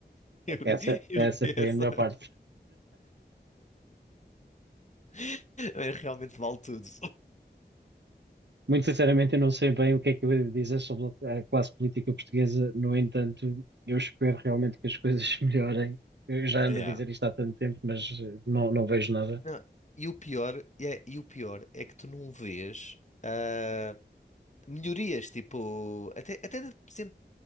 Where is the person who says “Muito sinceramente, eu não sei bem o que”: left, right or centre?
Right